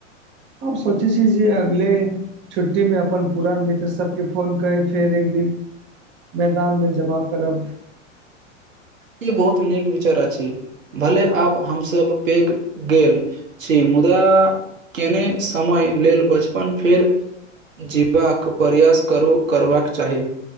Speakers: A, on the right (about 30°); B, on the right (about 80°).
A: अब सोचे छ जे अगले छुट्टी में अपन पुरान मित्र सब केँ फोन कए फेर एक दिन मैदान में जमा करब
B: ई बहुत नीक विचारा छी भले आब हम सब पैघ गेल छी मुदा केने समय लेल बचपन फेर जीबाक प्रयास करू करबाक चाही